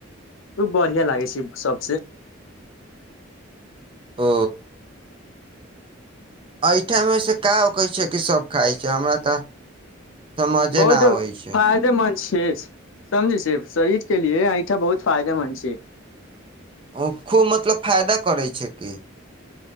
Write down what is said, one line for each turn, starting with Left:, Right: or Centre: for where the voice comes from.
Left: उ बढ़ियाँ लागै छै सबसे।
Right: ओ ऐंठा मे से का होकै छै कि सब खाय छै, हमरा तऽ समझे
Left: बहुद
Right: न आबै छै
Left: फायदेमन्द छै, समझै छी शरीर के लिए ऐंठा बहुत फायदेमन्द छी।
Right: उ खूब मतलब फायदा करै छै की।